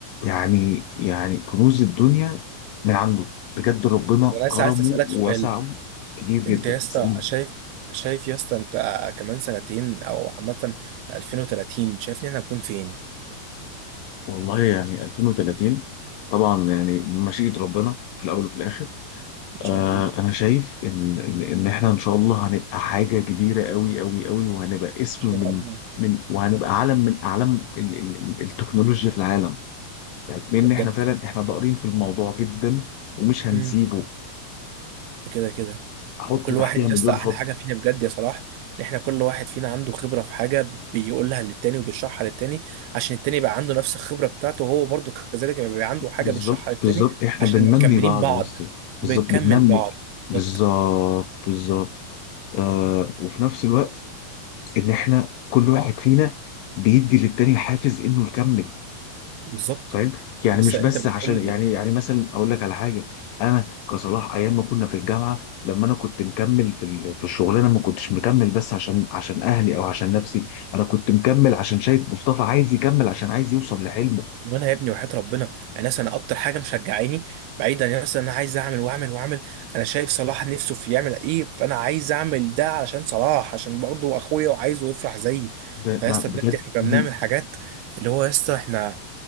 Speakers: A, on the left; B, on the right.
A: يعني يعني كنوز الدنيا من عنده بجد ربنا
B: وانا
A: كرمه
B: لسه عايز اسالك
A: ووسعه
B: سؤال
A: كبير جدا
B: انت يا اسطى
A: بس أنا
B: شايف شايف يا اسطى انت كمان سنتين او عامة في 2030 شايفني انا هكون فين
A: والله يعني 2030 طبعا يعني بمشيئة ربنا في الاول وفي الاخر
B: ان شاء
A: آه
B: الله ان
A: انا شايف ان ان ان احنا ان شاء الله هنبقى حاجه كبيره قوي قوي قوي وهنبقى اسم
B: شاء
A: من
B: الله
A: من وهنبقى علم من اعلام ال- ال- التكنولوجيا في العالم يعني ان
B: ده بجد
A: احنا فعلا احنا ضارين في الموضوع جدا ومش هنسيبه
B: امم ده كده كده
A: احط
B: وكل
A: تحتيها
B: واحد يا
A: مليون
B: اسطى احلى
A: خط
B: حاجة فينا بجد يا صلاح ان احنا كل واحد فينا عنده خبرة في حاجة بيقولها للتاني وبيشرحها للتاني عشان التاني يبقى عنده نفس الخبرة بتاعته وهو برضه كذلك يبقى عنده حاجة
A: بالظبط
B: بيشرحها للتاني
A: بالظبط احنا
B: عشان
A: بننمي
B: نبقى مكملين
A: بعض
B: بعض
A: لسه بالظبط
B: بنكمل
A: بننمي
B: بعض
A: بالظبط
B: بالظبط
A: بالظبط آه وفي نفس الوقت ان احنا كل واحد فينا بيدي للتاني حافز انه يكمل
B: بالظبط
A: فاهم
B: لسه
A: يعني مش بس
B: انت بتقول
A: عشان
B: لي
A: يعني يعني مثلا اقول لك على حاجه انا كصلاح ايام ما كنا في الجامعه لما انا كنت مكمل في ال- في الشغلانه ما كنتش مكمل بس عشان عشان اهلي او عشان نفسي انا كنت مكمل عشان شايف مصطفى عايز يكمل عشان عايز يوصل لحلمه
B: وانا يا ابني وحياة ربنا يعني مثلا انا اكتر حاجه مشجعاني بعيدا يعني مثلا انا عايز اعمل واعمل واعمل انا شايف صلاح نفسه في يعمل ايه فانا عايز اعمل ده علشان صلاح عشان برضه اخويا وعايزه يفرح زيي
A: ب-
B: فيسطا
A: ما- بجد
B: بجد احنا كنا
A: دي
B: بنعمل حاجات اللي هو يسطا احنا